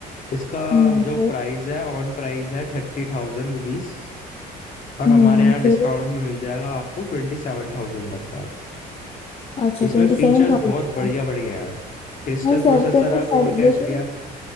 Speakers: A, on the left (about 50°); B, on the left (about 35°).
A: इसका
B: हम्म
A: जो
B: फिर
A: प्राइस है ऑन प्राइस है थर्टी थाउजेंड रुपीज और
B: हम्म
A: हमारे यहाँ डिस्काउंट
B: फिर
A: में मिल जाएगा आपको ट्वेंटी सेवन थाउजेंड तक का
B: अच्छा
A: इसमें
B: ट्वेंटी
A: फीचर्स
B: सेवन थाउजेंड
A: बहुत
B: का
A: बढ़िया बढ़िया है क्रिस्टल
B: नहीं सर
A: प्रोसेसर
B: ट्वेंटी
A: है
B: सेवन
A: फोर के
B: देखिए
A: एच डी